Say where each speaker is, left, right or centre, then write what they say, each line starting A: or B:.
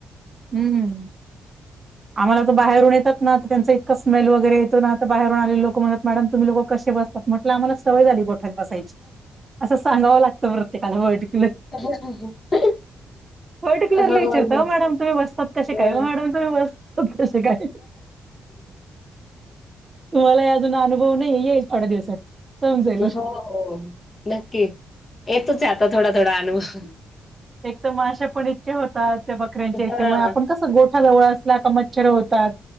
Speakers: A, on the right; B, on the left.
A: हम्म, आम्हाला तर बाहेरून येतात ना त्यांच स्मेल वगैर येतो ना आता बाहेरून आलेली लोक म्हणत मॅडम तुम्ही लोक कशे बस तात? म्हटलं आम्हाला सवय झाली गोठात बसायची. असं सांगावं लागतं प्रत्येकाला पर्टिक्युलर.
B: <unintelligible>
A: पर्टिक्युलरली
B: हो
A: विचारता
B: ना.
A: ओ मॅडम तुम्ही बसतात कसे
B: हां.
A: काय ओ मॅडम तुम्ही बस तात कशे काय? तुम्हाला ही अजून अनुभव नाई येईल थोड्या दिवसात समजेल.
B: हो, हो नक्की येतोच आ थोडा थोडा आता अनुभव.
A: एक तर माश्या पण इतक्या होतात त्या बकऱ्यांच्या याच्यामुळे
B: हां,
A: आपण कस गोठा जवळ ला का मच्छर होतात